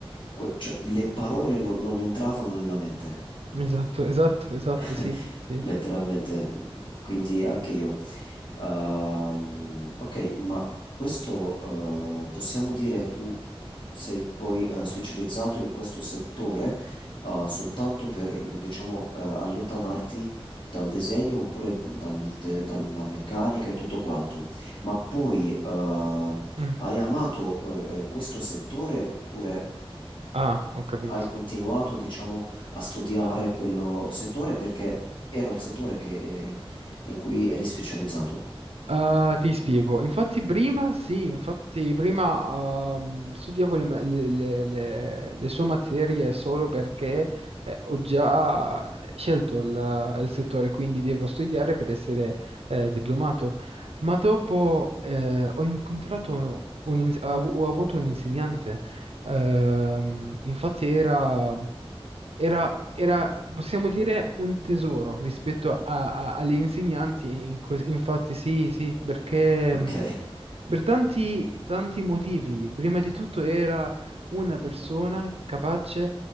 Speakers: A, on the left; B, on the right.
A: Que- cioè, le parole non non entravano nella mente.
B: Esatto, esatto, esatto,
A: <laughs>
B: sì, sì.
A: letteralmente, quindi anche io. Ehm, ok, ma questo eh, possiamo dire tu sei poi eh, specializzato in questo settore eh, soltanto per, diciamo, eh, allontanarti dal disegno oppure d- dal te- dalla meccanica e tutto quanto, ma poi eh,
B: Mm.
A: hai amato eh, eh, questo settore oppure
B: Ah, ho capito.
A: hai continuato, diciamo, a studiare quello settore perché era il settore che, eh, in cui eri specializzato.
B: Ah, ti spiego, infatti prima sì, infatti prima ehm, studiavo le, ma- le- le- le- le sue materie solo perché eh, ho già scelto il, il settore, quindi devo studiare per essere eh, diplomato. Ma dopo eh, ho incontrato, un, ins- ho avu- ho avuto un insegnante, ehm, infatti era era, era, possiamo dire, un tesoro rispetto a- a- agli insegnanti, in que- infatti sì, sì, perché
A: Ok.
B: mh, per tanti, tanti motivi, prima di tutto era una persona capace